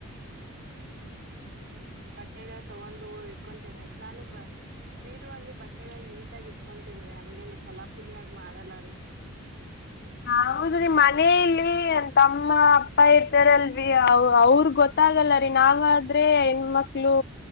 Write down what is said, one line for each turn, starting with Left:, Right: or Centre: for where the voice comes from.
Left: <inaudible>
Right: ಬಟ್ಟೆಗಳ್ ತಗೊಂಡು ಇಟ್ಕೊತೇನೆಿ ನಾನು ಬ. ಬೀರು ಅಲ್ಲಿ ಬಟ್ಟೆಗಳು ನೀಟಾಗಿ ಇಟ್ಕೊತೀನ್ರಿ ಹಂಗೇನೆ ಚಲಾಪಿಲಿಯಾಗಿ ಮಾಡಲ್ಲ ರೀ.
Left: ಹೌದ್ರಿ ಮನೆ ಅಲ್ಲಿ ನನ್ ತಮ್ಮ ಅಪ್ಪ ಇರ್ತಾರಲ್ರಿ ಅವ ಅವ್ರ ಗೊತ್ತ ಗೊತ್ತಾಗಲ್ಲರಿ ನಾವಾದ್ರೆ ಹೆಣ್ಮಕ್ಳು